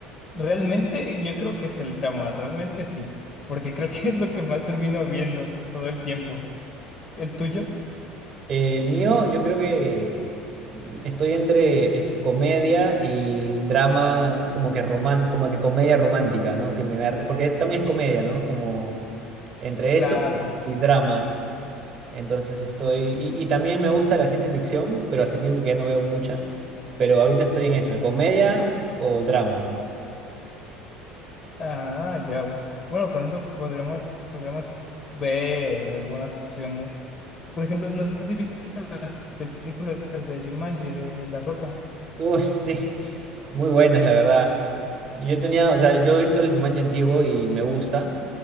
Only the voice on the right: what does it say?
Eh, el mío, yo creo que mm, estoy entre es comedia y drama, como que román, como que comedia romántica, ¿no? Que me, me porque también es comedia, ¿no? Como entre
eso y drama. Entonces estoy, y, y también me gusta la ciencia ficción, pero hace tiempo que ya no veo mucha, pero ahorita estoy en esa, comedia o drama.
Uy, <laughs> sí, muy buenas, la verdad. Yo tenía, o sea, yo he visto el Jumanji antiguo y me gusta.